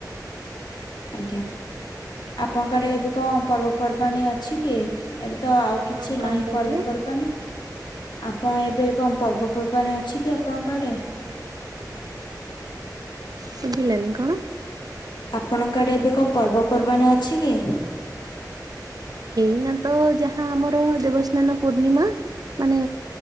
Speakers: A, on the left; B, on the right.
A: ଆଜ୍ଞା। ଆପଣଙ୍କ ଆଡେ ଏବେ କଣ ପର୍ବପର୍ବାଣିୀ ଅଛି କି ଏବେ ତ ଆଉ କିଛି
B: କଣ କଣ
A: ନାହିଁ
B: କହିଲେ
A: ପର୍ବପର୍ବାଣିୀ ଆପଣ ଏବେ କଣ ପର୍ବପର୍ବାଣୀ ଅଛି କି ଆପଣଙ୍କ ଆଡେ?
B: ଶୁଭିଲାନି କଣ?
A: ଆପଣଙ୍କ ଆଡେ ଏବେ କଣ ପର୍ବପର୍ବାଣିୀ ଅଛି କି?
B: ଏଇନା ତ ଯାହା ଆମର ଦେବସ୍ନାନ ପୂର୍ଣ୍ଣିମା ମାନେ